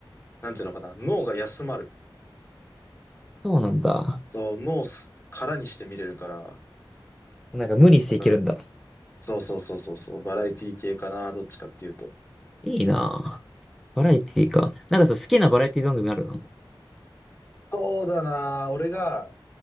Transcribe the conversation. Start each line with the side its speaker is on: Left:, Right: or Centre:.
Left: なんていうのかな、脳が休まる。
Centre: そうなんだ。
Left: そう、脳をす空にして見れるから、
Centre: なんか無理していけるんだ。
Left: だから、そうそうそうそうそう、バラエティ系かな、どっちかっていうと。
Centre: いいなぁ。バラエティか。なんかさ、好きなバラエティ番組あるの
Left: そうだな。俺が